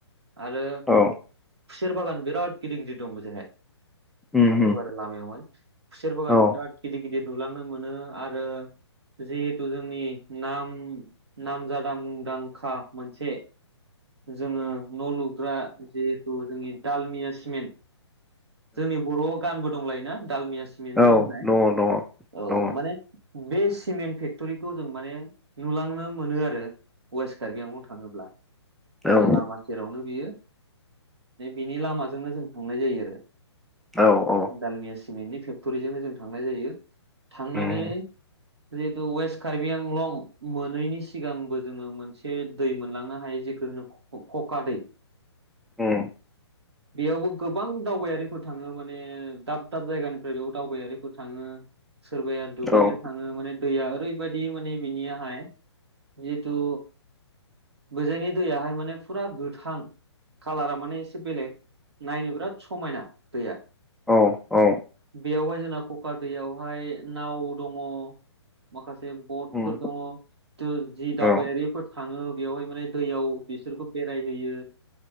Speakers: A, on the right; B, in the centre.
A: आरो
B: औ
A: खुसेर बागान बिराद गिदिर गिदिर दं बिजोहाय।
B: उमहो
A: थाङोबा आरो लामायावहाय खुसेर बागान
B: औ
A: बिराद गिदिर गिदिर नुलांनो मोनो आरो जिहेथु जोंनि नाम नामजादा मुंदांखा मोनसे जोङो न' लुग्रा जिहेथु जोंनि दालमिया सिमेन्ट। जोंनि बर'आव गानबो दंलायोना दालमिया सिमेन्टजों
B: औ
A: होननाय
B: दङ
A: औ
B: दङ
A: औ माने बे सिमेन्ट फेक्टरिखौ जों माने नुलांनो मोनो आरो। वेस्ट कार्बि आंलं थाङोब्ला
B: दङ
A: जोंना लामा सेरावनो बियो बिनि लामाजोंनो जों थांनाय जायो आरो।
B: औ औ।
A: दालमिया सिमेन्टनि फेक्ट'रिजोंनो जों थांनाय जायो थांनानै
B: उम
A: जिहेतु वेस्ट कार्बि आंलं मोनैनि सिगांबो जोङो मोनसे दै मोनलांनो हायो जेखु कखा दै।
B: ए।
A: बेयावबो गोबां दावबायारि फोर थाङो माने दाब दाब जायगानिफ्राय बेयाव दावबायारिफोर थाङो। सोरबाया दुगैनो
B: औ
A: थाङो माने दैया ओरैबायादि माने बिनियाहाय जिथु बोजायनि दैयाहाय माने फुरा गोथां। कालारा माने एसे बेलेग नायनो बिराद समायना दैया।
B: औ औ
A: बेयावबा जेन कका दैयावहाय नाव दङ माखास से बटफोर
B: उम
A: दङ दों जि
B: औ
A: दावबायारिफोर थाङो। बेवहाय माने दैयाव बिसोरखौ बेरायहैयो